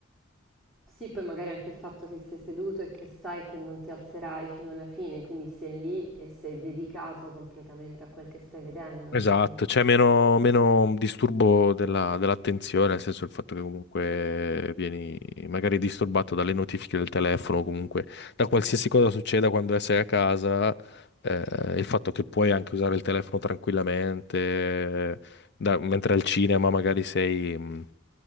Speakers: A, in the centre; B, on the left (about 55°).
A: Sì, poi magari anche il fatto che sei seduto e che sai che non ti alzerai fino alla fine, quindi sei lì e sei dedicato completamente a quel che stai vedendo,
B: Esatto,
A: quindi
B: c'è meno, meno disturbo della- dell'attenzione, nel senso il fatto che comunque vieni magari disturbato dalle notifiche del telefono, o comunque da qualsiasi
A: Mm,
B: cosa succeda quando sei a casa, eh, il fatto che puoi anche usare il telefono tranquillamente, da- mentre al cinema magari sei,